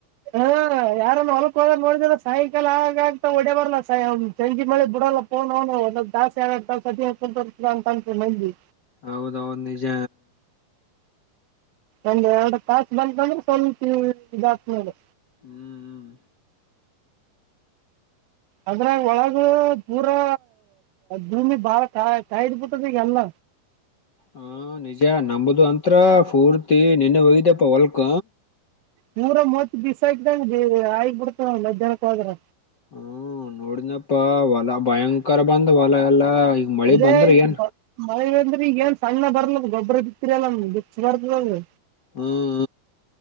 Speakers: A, on the right (about 80°); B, on the left (about 50°).
A: ಹಾ ಯಾರನ್ನು ಹೊಲಕ್ ಒಳ ನೋಡಿದ್ರ ಸಾಯಂಕಾಲ ಆಗ ಆಗ್ತಾ ಹೊಡೆ ಬರ್ಲ್ಲ ಸಂಜೆ ಮಳಿ ಬಿಡಲ್ಲ. <unintelligible> ಒಂದೊಂದ್ ತಾಸು ಎರಡ್ ತಾಸ ಅದರ್ತ ಅಂತರಿ ಮೈಲ್ಲಿ.
B: ಹೌದದ ನಿಜ.
A: ಒಂದ ಎರಡು ತಾಸು ಬಂತಕಂದ್ರೆ ಸ್ವಲ್ಪ ಇದಾಕ್ ನೇಲೆ
B: ಹ್ಮ್ ಹ್ಮ್.
A: ಅದ್ರಾಗ ಒಳಗ ಪೂರಾ ಗುಮ್ಮಿ ಬಾರ ಕಾಯಿಡ್ಬಿಟ್ಟದ ಈಗಲ್ಲ
B: ಹ ನಿಜ ನಂಬದು ಅಂತ್ರ ಫೂರ್ತಿ ನಿನ್ನೆ ಹೋಗಿದೆಪ್ಪ ಹೊಲ್ಕ
A: ನೂರ ಮೂವತ್ ಬಿಸ್ ಆಕಂಗ ಆಗಿ ಬಿಡ್ತ ಮಧ್ಯಾಹ್ನಕ್ಕ ಹೋದ್ರ
B: ಹ್ಮ ನೋಡಿದ್ನಪ್ಪಾ ಹೊಲ ಭಯಂಕರ ಬಂದ ಹೊಲ ಎಲ್ಲಾ ಮಳಿ
A: ಅದೇ
B: ಬಂದ್ರ ಏನ್
A: ಈಗ ಮಳೆ ಅಂದ್ರಿ ಈಗ ಏನ್ ಸಣ್ಣ ಬರ್ಲದ ಗೊಬ್ಬ್ರ ಬಿತ್ತರಿ ಅಲ್ಲ ಬಿಚ್ಚ ಬರ್ತದ ಅದು.
B: ಹ್ಮ್.